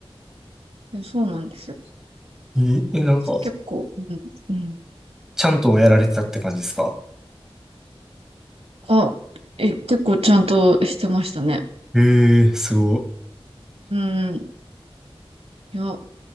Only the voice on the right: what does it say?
いやそうなんですよ。
結構、うん、うん。
あ、え、結構ちゃんとしてましたね。
うん。いや、